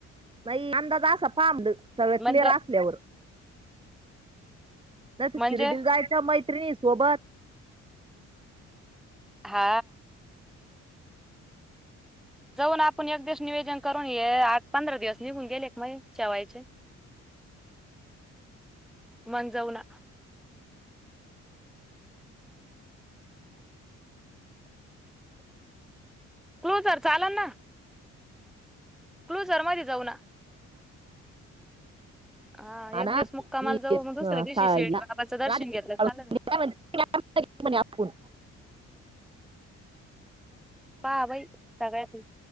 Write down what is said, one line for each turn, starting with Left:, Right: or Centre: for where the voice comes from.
Right: नाही अंदाज अस पाांबलं सगळं
Centre: म्हणजे
Right: क्लिअर असल्यावर. नाही तर
Centre: म्हणजे
Right: शिर्डी जायच्या मैत्रिणी सोबत.
Centre: हा जाऊन आपण एक दिवस निवेदन करून ये आठ पंधरा दिवस निघून गेले एक मग शेवायचे. मग जाऊ ना! क्लोजर चालाल ना? क्लूझर मध्ये जाऊ ना! हा
Right: ह
Centre: एक
Right: ना!
Centre: दिवस मुक्कामाला
Right: <unintelligible>
Centre: जाऊ मग दुसऱ्या दिवशी शिर्डी बाबाचं दर्शन घेतलं चालेल
Right: मणे आपून
Centre: हा भाई सगयची <unintelligible>